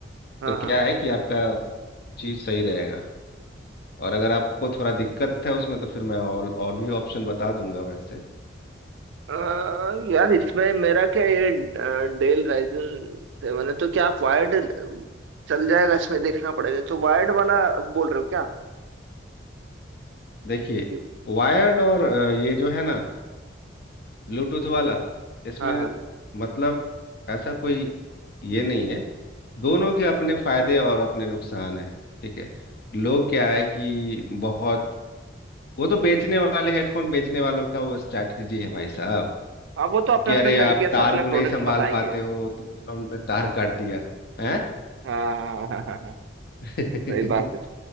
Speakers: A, on the right; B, on the left.
A: हाँ
B: तो क्या
A: हाँ
B: है कि आपका चीज़ सही रहेगा और अगर आपको थोड़ा दिक्कत है उसमें तो फिर मैं और और भी ऑप्शन बता दूंगा वैसे
A: अ, यार इसमें मेरा क्या ये डेल राइजन सेवन है तो क्या आप वायर्ड चल जाएगा इसमें देखना पड़ेगा तो वायर्ड वाला बोल रहे हो क्या आप?
B: देखिए
A: क्यों
B: वायर्ड और अ, ये जो है ना ब्लूटूथ वाला इसमें
A: हाँ हाँ
B: मतलब ऐसा कोई ये नहीं है दोनों के अपने फायदे और अपने नुकसान हैं ठीक है लोग क्या है कि बहुत वो तो बेचने वाले हेडफोन बेचने वालों का वो स्ट्रैटेजी है भाई साहब
A: हाँ वो तो अपने
B: कि
A: अपने
B: अरे आप
A: तरीके
B: तार
A: से अपने
B: को नहीं
A: प्रोडक्ट
B: संभाल
A: बताएंगे
B: पाते हो तो चलो हमने तार काट दिया है
A: हाँ हाँ हाँ हाँ हाँ,
B: <laughs>
A: सही बात है